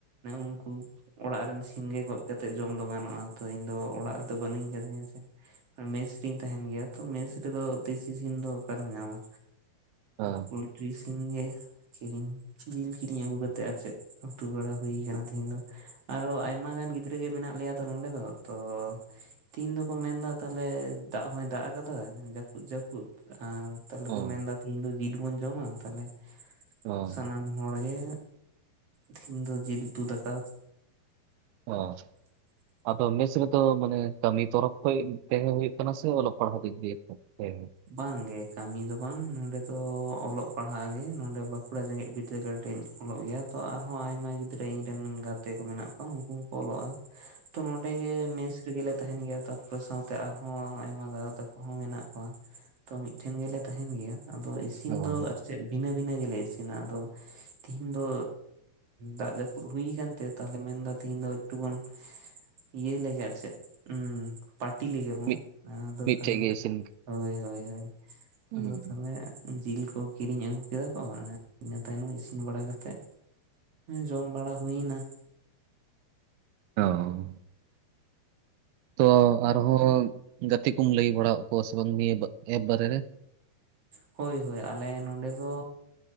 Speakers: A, on the right (about 50°); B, on the right (about 85°).
A: ᱩᱱᱠᱩ ᱚᱲᱟᱜ ᱨᱮᱱ ᱥᱤᱢ ᱜᱮ ᱜᱚᱡ ᱠᱟᱛᱮ ᱡᱚᱢ ᱫᱚ ᱜᱟᱱᱚᱜᱼᱟ ᱛᱚ ᱤᱧ ᱫᱚ ᱚᱲᱟᱜ ᱨᱮᱫᱚ ᱵᱟᱹᱱᱩᱧ ᱟᱠᱟᱫᱤᱧᱟ ᱥᱮ ᱢᱮᱥ ᱨᱮᱧ ᱛᱟᱦᱮᱱ ᱜᱮᱭᱟ ᱛᱚ ᱢᱮᱥ ᱨᱮᱫᱚ ᱫᱮᱥᱤ ᱥᱤᱢ ᱫᱚ ᱚᱠᱟᱨᱮᱢ ᱧᱟᱢᱟ
B: ᱦᱮᱸ
A: ᱯᱳᱞᱴᱨᱤ ᱛᱤᱦᱤᱱ ᱜᱮ ᱠᱤᱨᱤᱧ ᱡᱤᱞ ᱠᱤᱨᱤᱧ ᱟᱹᱜᱩ ᱠᱟᱛᱮᱜ ᱟᱨ ᱪᱮᱫ ᱩᱛᱩ ᱵᱟᱲᱟ ᱦᱩᱭ ᱠᱟᱱᱟ ᱛᱤᱦᱤᱧ ᱫᱚ ᱟᱨᱦᱚ ᱟᱭᱢᱟ ᱜᱟᱱ ᱜᱤᱫᱽᱨᱟᱹ ᱜᱮ ᱢᱮᱱᱟᱜ ᱞᱮᱭᱟ ᱛᱚ ᱱᱚᱰᱮ ᱫᱚ ᱛᱚ ᱛᱮᱦᱤᱧ ᱫᱚᱠᱚ ᱢᱮᱱ ᱮᱫᱟ ᱛᱟᱦᱠᱮ ᱫᱟᱜ ᱦᱚᱭ ᱫᱟᱜ ᱠᱟᱫᱟᱭ ᱡᱟᱹᱯᱩᱫ ᱡᱟᱹᱯᱩᱫ ᱠᱩ <unintelligible> ᱟᱨ ᱛᱟᱦᱚᱞᱮ
B: ᱦᱮᱸ
A: ᱠᱚ ᱢᱮᱱᱫᱟ ᱛᱤᱦᱤᱧ ᱫᱚ ᱡᱤᱞ ᱵᱚᱱ ᱡᱚᱢᱟ ᱛᱟᱦᱚᱞᱮ
B: ᱦᱮᱸ
A: ᱥᱟᱱᱟᱢ ᱦᱚᱲ ᱜᱮ ᱛᱮᱦᱮᱧ ᱫᱚ ᱡᱤᱞ ᱩᱛᱩ ᱫᱟᱠᱟ
B: ᱦᱮᱸ
A: ᱦ <inaudible>
B: ᱟᱫᱚ ᱢᱮᱥ ᱨᱮᱫᱚ ᱢᱟᱱᱮ ᱠᱟᱹᱢᱤ ᱛᱚᱨᱚᱵ ᱠᱷᱚᱡ ᱛᱟᱦᱮᱸ ᱦᱳᱭᱳᱜ ᱠᱟᱱᱟ ᱥᱮ ᱚᱞᱚᱜ ᱯᱟᱲᱦᱟᱜ ᱫᱤᱠ ᱫᱤᱭᱮ ᱛᱟᱦᱮᱸ
A: ᱵᱟᱝᱜᱮ ᱠᱟᱹᱢᱤ ᱫᱚ ᱵᱟᱝ ᱱᱚᱸᱰᱮ ᱫᱚ ᱚᱞᱚᱜ ᱯᱟᱲᱦᱟᱜ ᱜᱮ ᱱᱚᱰᱮ ᱵᱟᱸᱠᱩᱲᱟ ᱡᱮᱸᱜᱮᱛ ᱵᱤᱨᱫᱟᱹᱜᱟᱲ ᱞᱮ ᱚᱞᱚᱜ ᱜᱮᱭᱟ ᱛᱚ ᱟᱨᱦᱚᱸ ᱟᱭᱢᱟ ᱜᱤᱫᱽᱨᱟᱹ ᱤᱧ ᱨᱮᱱ ᱜᱟᱛᱮ ᱠᱚ ᱢᱮᱱᱟᱜ ᱠᱚᱣᱟ ᱩᱱᱠᱩ ᱦᱚᱸᱠᱚ ᱚᱞᱚᱜᱼᱟ ᱛᱚ ᱱᱚᱰᱮ ᱜᱮ ᱢᱮᱥ ᱨᱮᱜᱮ ᱛᱟᱦᱮᱱ ᱜᱮᱭᱟ ᱛᱟᱨᱯᱚᱨᱮ ᱥᱟᱶᱛᱮ ᱟᱨᱦᱚᱸ ᱟᱭᱢᱟ ᱫᱟᱫᱟ ᱛᱟᱠᱚ ᱦᱚᱸ ᱢᱮᱱᱟᱜ ᱠᱚᱣᱟ ᱛᱚ ᱢᱤᱫᱴᱷᱮᱱ ᱜᱮᱞᱮ ᱛᱟᱦᱮᱱ ᱜᱮᱭᱟ ᱟᱫᱚ ᱤᱥᱤᱱ
B: ᱦᱮᱸ
A: ᱫᱚ ᱟᱨ ᱪᱮᱫ ᱵᱷᱤᱱᱟᱹ ᱵᱤᱱᱟᱹ ᱜᱮᱞᱮ ᱤᱥᱤᱱᱟ ᱟᱫᱚ ᱛᱤᱦᱤᱧ ᱫᱚ ᱫᱟᱜ ᱡᱟᱯᱩᱫ ᱦᱩᱭ ᱠᱟᱱ ᱛᱮ ᱛᱟᱦᱚᱞᱮ ᱢᱮᱱᱫᱟ ᱛᱮᱦᱤᱧ ᱫᱚ ᱮᱠᱴᱩ ᱵᱚᱱ ᱤᱭᱟᱹ ᱞᱮᱜᱮ ᱟᱨ ᱪᱮᱫ ᱦᱩᱸ ᱯᱟᱴᱤ ᱞᱮᱜᱮ ᱵᱚᱱ
B: ᱢᱤᱫ
A: ᱟᱫᱚ
B: ᱢᱤᱫᱴᱷᱮᱡ
A: ᱛᱟᱦᱚᱞᱮ
B: ᱜᱮ ᱤᱥᱤᱱ
A: ᱦᱳᱭ ᱦᱳᱭ
B: ᱦᱩᱸ,
A: ᱟᱫᱚ ᱛᱟᱦᱚᱞᱮ ᱡᱤᱞ ᱠᱚ ᱠᱤᱨᱤᱧ ᱟᱹᱜᱩ ᱠᱮᱫᱟ ᱠᱚ ᱤᱱᱟᱹ ᱛᱟᱭᱱᱚᱢ ᱤᱥᱤᱱ ᱵᱟᱲᱟ ᱠᱟᱛᱮᱜ ᱡᱚᱢ ᱵᱟᱲᱟ ᱦᱩᱭᱱᱟ
B: ᱚ ᱛᱚ ᱟᱨᱦᱚᱸ ᱜᱟᱛᱮ ᱠᱚᱢ ᱞᱟᱹᱭ ᱵᱟᱲᱟᱟᱣ ᱟᱠ ᱠᱚᱣᱟ ᱥᱮ ᱵᱟᱝ ᱱᱤᱭᱟᱹ ᱮᱯ ᱵᱟᱨᱮ ᱨᱮ
A: ᱦᱳᱭ! ᱦᱳᱭ ᱟᱞᱮ ᱱᱚᱰᱮ ᱫᱚ